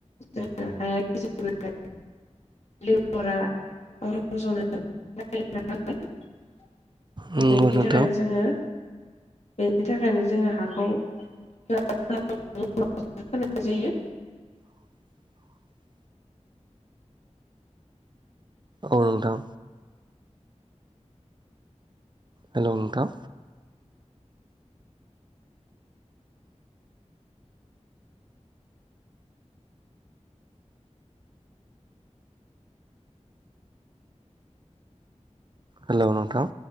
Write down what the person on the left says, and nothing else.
जों हाया <unintelligible>
बेनि
थाखायनो जोंङो बेनि थाखायनो जोंङो हाखौ <unintelligible> <unintelligible> नाय जायो।